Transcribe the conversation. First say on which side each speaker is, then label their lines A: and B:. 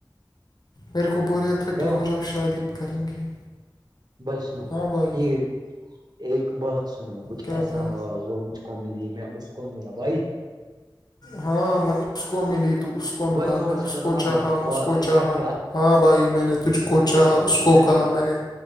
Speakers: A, on the left; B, on the right.
A: میرے کو بوریا ھٹی
B: لو
A: ہو جاؤ شادی کریں گے-
B: بائی سنو
A: ہاں بھائی
B: یہ ایک بات سنو کچھ
A: کیا
B: ایسا
A: بھائی
B: ہو وہ مجھ- کو ملی میں اس کو ملا بھائی-
A: ہاں میں اس کو ملی تو اس کو ملا
B: بھائی زور
A: میں
B: سے
A: اس
B: کرو
A: کو
B: نا
A: چاہا
B: بات افیکٹ
A: اس کو چاہا- ہاں بھائی میں نے تجھ کو چاہا
B: بات
A: اس کو
B: انرجی
A: کہا میں نے-